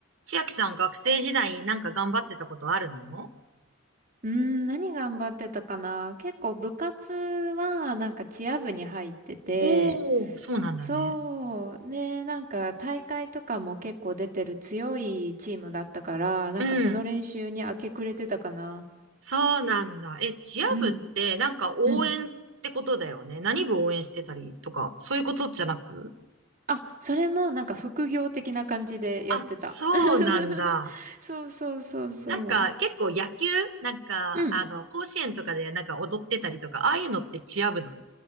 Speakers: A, on the right; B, on the right.
A: 千秋さん学生時代なんか頑張ってたことあるの
B: うーん、何頑張ってたかな結構部活はなんかチア部に入ってて、
A: おー、そうなんだね。
B: そう。で、なんか大会とかも結構出てる強いチームだったから、なんかその練習に明け暮れてたかな。
A: うん。そうなんだ。え、チア部ってなんか応援ってことだよね。
B: うん。うん。
A: 何部応援してたりとか、そういうことじゃなく
B: あ、それもなんか副業的な感じでやってた。
A: あ、そうなんだ。
B: <laughs> そうそうそうそ
A: なんか結構野球なんか、
B: う。
A: あの、甲子園とかでなんか踊ってたりとか、ああいうのってチア部なの